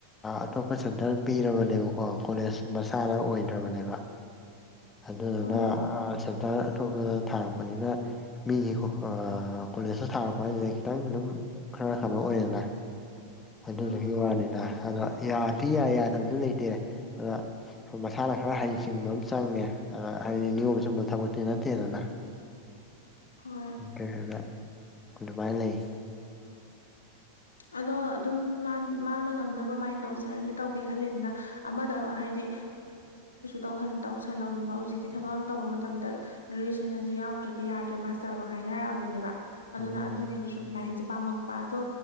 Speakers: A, on the left; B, on the left.
A: ꯑꯇꯣꯞꯄ ꯁꯦꯟꯇꯔ ꯄꯤꯔꯕꯅꯦꯕꯀꯣ ꯀꯣꯂꯦꯖ ꯑ ꯁꯨꯝꯕ ꯁꯥꯔ ꯑꯣꯏꯗ꯭ꯔꯕꯅꯦꯕ
B: <unintelligible>
A: ꯑꯗꯨꯗꯨꯅ
B: ꯑꯣ
A: ꯁꯦꯟꯇꯔ ꯑꯇꯣꯞꯄ ꯊꯥꯔꯛꯄꯅꯤꯅ ꯃꯤꯒꯤ ꯀꯣꯂꯦꯖꯇ ꯊꯥꯔꯛꯄ ꯍꯥꯏꯁꯤꯦ ꯈꯤꯇꯪ ꯑꯗꯨꯝ ꯈꯔ ꯀꯩꯅꯣ ꯑꯣꯏꯌꯦꯦꯅꯦ ꯑꯗꯨꯁꯨ
B: ꯎꯝ
A: ꯋꯥꯅꯤꯅ ꯑꯗ ꯌꯥꯗꯤ ꯌꯥꯏ ꯌꯥꯗꯕꯁꯨ ꯂꯩꯇꯦ ꯑꯗ ꯃꯁꯥꯅ ꯈꯔ ꯍꯩꯁꯤꯡꯕ ꯑꯃ ꯆꯪꯉꯦ ꯑꯗ ꯍꯥꯏꯗꯤ ꯅꯤꯌꯝ ꯁꯕ ꯊꯕ ꯅꯠꯇꯦꯅ
B: ꯍꯣꯏ
A: ꯍꯥꯏꯗ ꯑꯗꯨꯃꯥꯏꯅ ꯂꯩ
B: ꯑꯗꯣ ꯑꯗꯨꯝ ꯃꯥꯅ ꯉꯝꯅꯕ ꯃꯥꯏꯅ ꯇꯧꯖꯔꯅꯤ ꯇꯧꯒꯦ ꯈꯜꯂꯤꯕꯅ ꯑꯃꯗ ꯍꯥꯏꯗꯤ ꯇꯧꯟꯅꯤꯡꯕ ꯍꯧꯖꯤꯛꯇꯤ ꯊꯕꯛ ꯑꯃ ꯇꯧꯕ ꯃꯇꯝꯗ ꯒ꯭ꯔꯦꯖꯨꯑꯦꯁꯟꯁ ꯌꯥꯎꯗ꯭ꯔꯦ ꯭ꯔꯗꯤ ꯌꯥꯗ꯭ꯔꯦ ꯃꯥꯁꯇꯔꯐ ꯍꯥꯏꯅꯔꯛꯑꯕꯅꯦꯕ ꯑꯗꯨꯅ
A: ꯎꯝ
B: ꯑꯗꯨꯒꯤꯗꯨꯁꯨ ꯂꯥꯏꯟꯁꯦ ꯄꯥꯝꯃꯛꯄ ꯑꯗꯣ